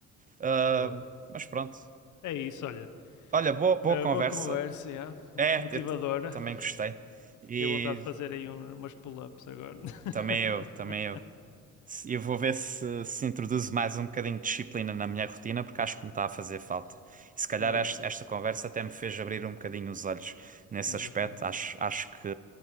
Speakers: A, on the right; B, on the left.
A: Ah,
B: Boa.
A: mas pronto.
B: É isso, olha.
A: Olha, boa, boa
B: Uh,
A: conversa.
B: boa conversa, yeah.
A: É,
B: <laughs> motivadora.
A: eu te- também gostei. E
B: Fiquei à vontade de fazer aí um- umas pull-ups agora. <laughs>
A: também eu, também eu. E eu vou ver se, se introduzo mais um bocadinho de disciplina na minha rotina, porque acho que me está a fazer falta. E se calhar
B: é
A: esta,
B: isso.
A: esta conversa até me fez abrir um bocadinho os olhos nesse
B: Exatamente.
A: aspecto. Acho, acho que,